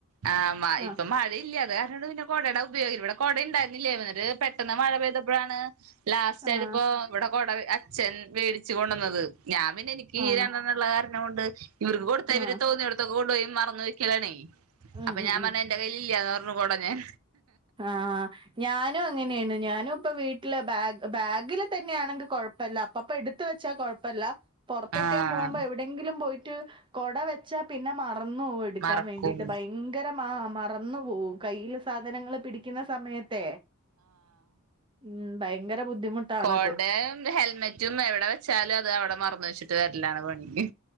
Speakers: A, on the right; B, on the right.
A: ആ
B: ആഹ്
A: ഇപ്പം മഴ ഇല്ല അത് കാരണംണ്ട് പിന്നെ കൊടേടെ ഉപയോഗി ഇവിടെകൊട ഉണ്ടായിരു ന്നില്ലേ വേറെ പെട്ടെന്ന് മഴ പെയ്തപ്പോഴാണ് ലാസ്റ്റാലിപ്പോ
B: ആഹ്
A: ഇവിടെ കൊട അച്ഛൻ മേടിച് ചി കൊണ്ടണ്ണതെ ഞാൻ പിന്നെ എനിയ്ക്കീ
B: ആണോ
A: രണ്ടെണ്ണ ള്ളകാർ നൊണ്ട് ഇവർക്ക് കൊടുത്താ
B: ആഹ്
A: ഇവരെ തോന്നിയഡ് കൊണ്ടു പോയി മറന്നെ വെക്കലാ ണേ
B: ഉം
A: അപ്പ
B: ഉം
A: ഞാൻ പറഞ്ഞെന്റെ കയ്യിലില്ലന്ന് പ ന്നു കൊട ഞാൻ
B: ആ ഞാനും അങ്ങനെയാണ് ന്നുപ്പ വീട്ടിലെ ബാഗ് ബാഗിലെ തന്നെയാണെങ്കി കൊഴപ്പി ല്ല അപ്പപ്പൊ എടുത്തു വെച്ചാ കൊഴപ്പില്ല പുറത്തോക്കേം
A: ആഹ്
B: പോവുമ്പം എവിടെ ങ്കിലും പോയി് റ്റു കൊട വെച്ചാ പിന്നെ മാ റന്നു പോയെടുക്കാൻ
A: മറക്കും
B: വേണ്ടീട്ട് ഭയങ്കര മാ മറന്നു പോകും കയ്യില് സാധനങ്ങളെ പിടിക്കുന്ന സമയത്ത് തെ ഉം ഭയങ്കര ബുദ്ധിമുട്ടാണത്
A: കൊടെംഹെൽമെറ്റും എവിടെ വെച്ചാലും അത് അവിടെ മറന്ന് വെച്ചിട്ടെ വരാ എല്ലാണ് പണിക്ക്